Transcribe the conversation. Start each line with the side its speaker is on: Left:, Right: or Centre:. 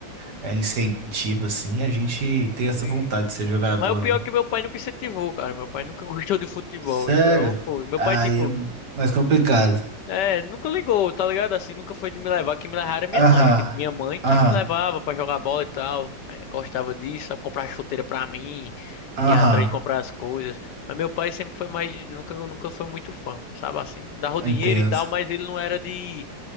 Right: é incentiva, assim, a gente tem essa
Left: E-
Right: vontade de ser jogador,
Left: mas o pior
Right: né?
Left: é que meu pai nunca incentivou, cara. Meu pai nunca <laughs> gostou de futebol.
Right: Sério?
Left: Então, pô, meu
Right: Aí
Left: pai, tipo.
Right: é mais complicado.
Left: É, nunca ligou, tá ligado? Assim, nunca foi de me levar. Quem me levava era minha
Right: Aham,
Left: mãe. Tipo, Minha mãe que
Right: aham,
Left: me levava pra jogar bola e tal. É, gostava disso, sabe? Comprar chuteira pra mim,
Right: aham,
Left: ia atrás de comprar as coisas. Mas meu pai sempre foi mais. de- Nunca, nunca foi muito fã, sabe assim? Dava o dinheiro
Right: entendo.
Left: e tal, mas ele não era de,